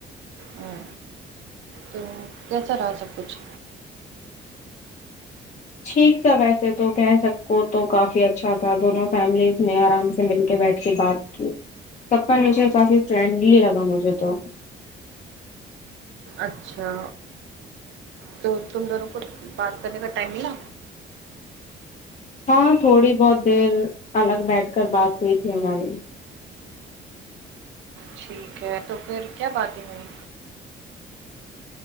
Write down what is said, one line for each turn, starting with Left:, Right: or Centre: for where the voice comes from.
Right: ہاں تو کیسا رہا سب کچھ
Left: ٹھیک تھا ویسے تو کہہ سکو تو کافی اچھا تھا دونوں فیملیز نے آرام سے مل کے بیٹھ کے بات سب کا نیچر کافی فرینڈلی لگا مجھے تو
Right: اچھا تو تم دونوں کو بات کرنے کا ٹائم ملا
Left: ہاں تھوڑی بہت دیر الگ بیٹھ کر بات ہوئی تھی ہماری
Right: ٹھیک ہے تو پھر کیا باتیں ہوئی